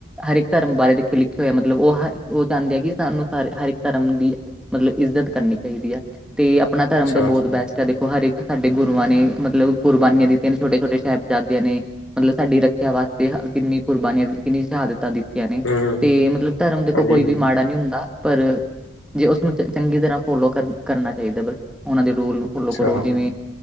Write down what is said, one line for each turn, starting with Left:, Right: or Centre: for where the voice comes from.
Centre: ਹਰ ਇੱਕ ਧਰਮ ਬਾਰੇ ਦੇਖਿਓ ਲਿਖੇਆ ਹੋਏਆ ਮਤਲਬ ਓ ਹ ਓ ਚਾਂਦੇ ਆ ਕੀ ਸਾਨੂੰ ਹਰ ਇੱਕ ਧਰਮ ਦੀ ਮਤਲਬ ਇੱਜ਼ਤ ਕਰਨੀ ਚਾਈਦੀ ਐ, ਤੇ ਆਪਨਾ ਧਰਮ
Left: ਅੱਛਾ
Centre: ਤੇ ਬੋਤ ਬੈਸਟ ਐ ਦੇਖੋ ਹਰ ਇੱਕ ਸਾਡੇ ਗੁਰੂਆਂ ਨੇ ਮਤਲਬ ਕੁਰਬਾਨੀਆਂ ਦਿਤੀਆਂ ਨੇ ਛੋਟੇ-ਛੋਟੇ ਸਾਹਿਬਜ਼ਾਦਿਆਂ ਨੇ ਮਤਲਬ ਸਾਡੀ ਰੱਖਿਆ ਵਾਸਤੇ ਕਿੰਨੀ ਕੁਰਬਾਨੀਆਂ ਦਿਤੀਆਂ ਨੇ ਕਿੰਨੀ ਸ਼ਹਾਦਤਾਂ ਦਿੱਤੀਆਂ ਨੇ,
Left: ਹਮ
Centre: ਤੇ ਮਤਲਬ ਧਰਮ ਦੇਖੋ
Left: ਹਾਂਜੀ
Centre: ਕੋਈ ਵੀ ਮਾੜਾ ਨੀ ਹੁੰਦਾ, ਪਰ ਜੇ ਉਸਨੂੰ ਚੰਗੀ ਤਰ੍ਹਾਂ ਫੋਲੋ ਕਰ ਕਰਨਾ ਚਾਈਦਾ। ਓਨਾਂ ਦੇ ਰੂਲ ਨੂੰ ਫੋਲੋ
Left: ਅੱਛਾ
Centre: ਕਰੋ ਜਿਵੇਂ